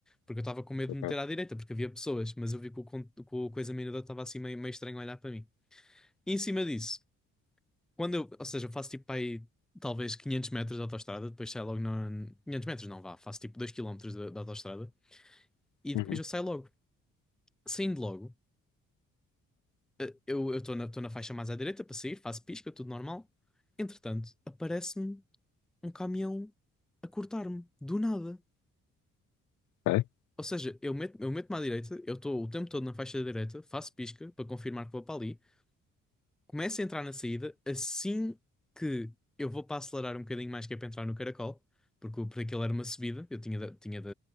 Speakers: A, in the centre; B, on the left.
A: Porque eu estava com medo
B: ok,
A: de me meter à direita, porque havia pessoas, mas eu vi que o, con- que o coisa menuda estava assim meio, meio estranho a olhar para mim. E em cima disso, quando eu, ou seja, eu faço tipo para aí talvez 500 metros de autoestrada, depois saio logo na. 500 metros não vá, faço tipo dois km da da autoestrada e depois
B: uhum,
A: eu saio logo. Saindo logo. Eh, Eu estou na, tô na faixa mais à direita para sair, faço pisca, tudo normal. Entretanto, aparece-me um caminhão a cortar-me, do nada.
B: ok,
A: Ou seja, eu meto, eu meto-me à direita, eu estou o tempo todo na faixa da direita, faço pisca para confirmar que vou para ali, começo a entrar na saída, assim que eu vou para acelerar um bocadinho mais que é para entrar no caracol, porque, o- porque aquilo era uma subida, eu tinha de, tinha de,